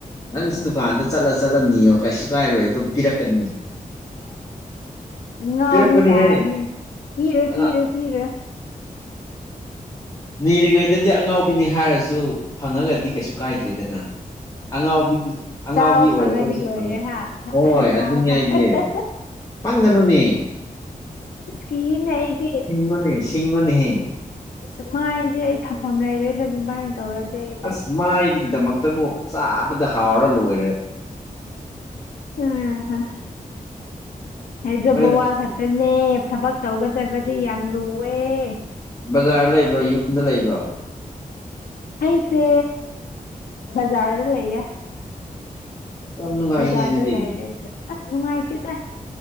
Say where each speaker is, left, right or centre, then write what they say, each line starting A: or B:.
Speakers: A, on the left (about 25°); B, on the left (about 85°).
A: ꯅꯪꯁꯨ ꯗꯨꯀꯥꯟꯗ ꯆꯠꯂ ꯆꯠꯂ ꯅꯤꯌꯣ ꯀꯩꯁꯨ ꯀꯥꯏꯔꯣꯏ ꯑꯗꯨꯝ ꯄꯤꯔꯛꯀꯅꯤ
B: ꯉꯕꯤ
A: ꯄꯤꯔꯛꯄꯅꯤꯍꯦ
B: ꯇꯥꯔꯅꯤ ꯄꯤꯔꯦ
A: ꯑꯉꯥ
B: ꯄꯤꯔꯦ ꯄꯤꯔꯦ
A: ꯅꯤꯔꯤꯉꯩꯗꯗꯤ ꯑꯉꯥꯎꯕꯤꯅꯤ ꯍꯥꯏꯔꯁꯨ ꯐꯪꯉꯒꯗꯤ ꯀꯩꯁꯨ ꯀꯥꯏꯗ꯭ꯔꯦꯗꯅ ꯑꯉꯥꯎꯕꯤꯒꯤ ꯑꯉꯥꯎꯕꯤ
B: ꯆꯥꯕ
A: ꯑꯣꯏꯔꯒꯁꯨ
B: ꯐꯪꯉꯗꯤ ꯂꯣꯏꯔꯦ
A: ꯐꯪꯉꯦ
B: ꯍꯥ
A: ꯍꯣꯏ ꯍꯣꯏ
B: ꯆꯥꯕ
A: ꯑꯗꯨꯅꯤ
B: ꯐꯪꯉ
A: ꯑꯩꯁꯦ ꯄꯪꯒꯅꯨꯅꯦ
B: ꯑꯁ ꯀꯤꯌꯦꯅꯦ ꯑꯩꯗꯤ
A: ꯤꯡꯉꯅꯤ ꯁꯤꯁꯤꯡꯉꯅꯤꯍꯦ
B: ꯁ ꯃꯥꯏꯗꯤ ꯑꯩ ꯊꯝꯐꯝ ꯂꯩꯔꯣꯏꯗ ꯑꯗꯨꯃꯥꯏꯅ ꯇꯧꯔꯗꯤ ꯑꯩꯗꯤ
A: ꯑꯁ ꯃꯥꯏꯒꯤꯗꯃꯛꯇꯕꯨ ꯆꯥꯕꯗ ꯍꯥꯎꯔ ꯂꯣꯏꯔꯦ
B: ꯎꯝ ꯍꯥꯏꯖꯕ
A: ꯅꯣꯏꯅ
B: ꯋꯥ ꯈꯛꯇꯅꯦ ꯊꯕꯛ ꯇꯧꯒꯗꯕꯗꯤ ꯌꯥꯝ ꯂꯨꯑꯦ
A: ꯕꯖꯥꯔ ꯂꯩꯕ꯭ꯔꯣ ꯌꯨꯝꯗ ꯂꯩꯕ꯭ꯔꯣ
B: ꯑꯩꯁꯦ ꯖꯔ ꯂꯩꯦ
A: ꯌꯥꯝ ꯅꯨꯡꯉꯥꯏꯅꯦ
B: ꯕꯖꯥꯗ
A: ꯑꯗꯨꯗꯤ
B: ꯂꯩꯔꯒ ꯑꯁ ꯅꯅꯨꯡꯉꯥꯏꯇꯗꯦ